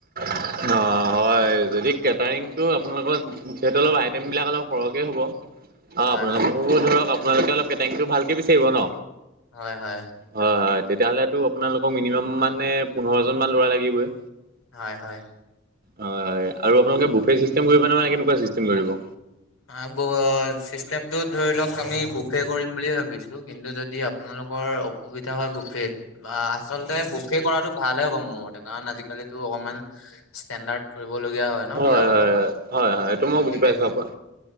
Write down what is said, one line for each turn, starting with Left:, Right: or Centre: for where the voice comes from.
Right: অ', হয় যদি কেটাৰিংটো আপোনালোকৰ যিহেত অলপ আইটেমবিলাক অলপ সৰহকে হ'ব। অ',
Left: হয়
Right: আপোনালোক
Left: হয়
Right: ধৰক আপোনালোকে অলপ কেটেংটো ভালকে বিচাৰিব ন।
Left: হয়, হয়।
Right: হয়, হয়, তেতিয়া হ'লেতো আপোনালোকক মিনিমাম মানে পোন্ধৰ জন মান ল'ৰা লাগিবই।
Left: হয়, হয়।
Right: হয়, হয়, আৰু আপোনালোকে বোফে চিষ্টেম কৰিব নে মানে কেনেকুৱা চিষ্টেম কৰিব?
Left: অ', ব চিষ্টেমটো ধৰি লওঁক আমি বুফে কৰিম বুলি ভাবিছো কিন্তু যদি আপোনালোকৰ অসুবিধা হয় বুফেত। বা আচলতে বুফে কৰাটো ভালে হ'ব মোৰ মতে কাৰণ আজি কালিটো অকমান ষ্টেণ্ডাৰ কৰিবলগীয়া হয়। ন
Right: হয়,
Left: বিয়াবোৰত
Right: হয়, হয়, হয়, হয়,
Left: উম
Right: এইটো মই
Left: গতিকে
Right: বুজি পাইছো আপোনাৰ